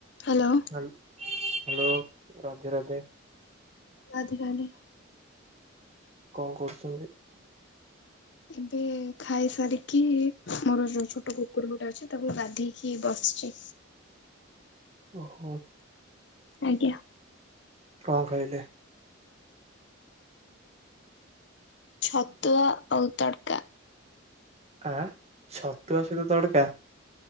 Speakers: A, on the left; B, on the right.
A: Hello.
B: Hello hello Radhe Radhe.
A: ଆଧିକାଲି।
B: କଣ କରୁଛନ୍ତି?
A: ଏବେ ଖାଇ ସାରିକି ମୋର ଯୋଉ ଛୋଟ କୁକୁର ଗୋଟେ ଅଛି ତାକୁ ଗାଧେଇକି ବସିଛି।
B: ଓହୋ।
A: ଆଜ୍ଞା।
B: କଣ ଖାଇଲେ?
A: ଛତୁଆ ଆଉ ତଡକା।
B: ଆଁ ଛତୁଆ ସହିତ ତଡକା।